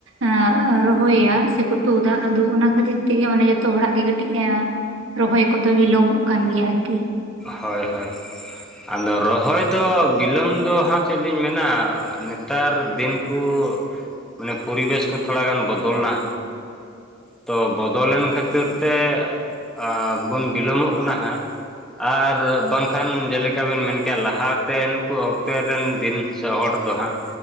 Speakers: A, on the right (about 80°); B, in the centre.
A: ᱟᱸᱜ ᱨᱚᱦᱚᱭᱟ ᱥᱮᱠᱚ ᱛᱩᱫᱟ ᱟᱫᱚ ᱚᱱᱟ ᱠᱷᱟᱹᱛᱤᱨ ᱛᱮᱜᱮ ᱢᱟᱱᱮ ᱡᱚᱛᱚ ᱦᱚᱲᱟᱜ ᱜᱮ ᱠᱟᱹᱴᱤᱡ ᱮ ᱨᱚᱦᱚᱭ ᱠᱚᱫᱚ ᱵᱤᱞᱚᱢᱚᱜ ᱠᱟᱱ ᱜᱮᱭᱟ ᱟᱨᱠᱤ
B: ᱦᱳᱭ ᱦᱳᱭ ᱟᱫᱚ ᱨᱚᱦᱚᱭ ᱫᱚ ᱵᱤᱞᱚᱢ ᱫᱚ ᱦᱟᱸᱜ ᱪᱮᱫ ᱞᱤᱧ ᱢᱮᱱᱟ ᱱᱮᱛᱟᱨ ᱫᱤᱱ, ᱠᱩ ᱢᱟᱱᱮ ᱯᱚᱨᱤᱵᱮᱥ ᱠᱚ ᱛᱷᱚᱲᱟ ᱜᱟᱱ ᱵᱚᱫᱚᱞ ᱱᱟ, ᱛᱚ ᱵᱚᱫᱚᱞᱮᱱ ᱠᱷᱟᱹᱛᱤᱨ ᱛᱮ ᱮᱸᱻ ᱵᱚᱱ ᱵᱤᱞᱚᱢᱚᱜ ᱠᱟᱱᱟ ᱦᱟᱸᱜ, ᱟᱨ ᱵᱟᱝᱠᱷᱟᱱ ᱡᱮᱞᱮᱠᱟ ᱵᱮᱱ ᱢᱮᱱ ᱠᱮᱜ-ᱟ ᱞᱟᱦᱟᱛᱮᱱ ᱠᱚ ᱚᱠᱛᱮ ᱨᱮᱱ ᱫᱤᱱ ᱥᱮ ᱦᱚᱲ ᱫᱚ ᱦᱟᱸᱜ